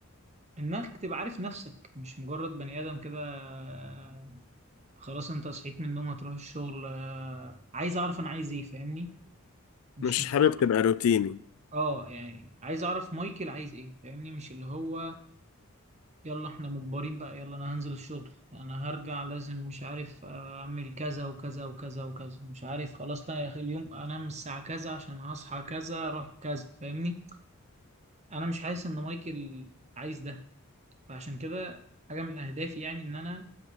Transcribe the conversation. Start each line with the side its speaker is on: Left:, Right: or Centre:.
Right: انك تبقى عارف نفسك مش مجرد بني ادم كده آه، خلاص انت صحيت من النوم هتروح الشغل آه، عايز اعرف انا عايز ايه فاهمني مش
Left: مش
Right: مجرد
Left: حابب تبقى روتيني
Right: اه يعني عايز اعرف مايكل عايز ايه فاهمني مش اللي هو يلا احنا مجبرين بقى يلا انا هنزل الشغل انا هرجع لازم مش عارف اعمل كذا وكذا وكذا وكذا مش عارف خلاص لا يا اخي اليوم انام الساعة كذا عشان هصحى كذا اروح كذا فاهمني انا مش حاسس ان مايكل عايز ده فعشان كده حاجة من اهدافي يعني ان انا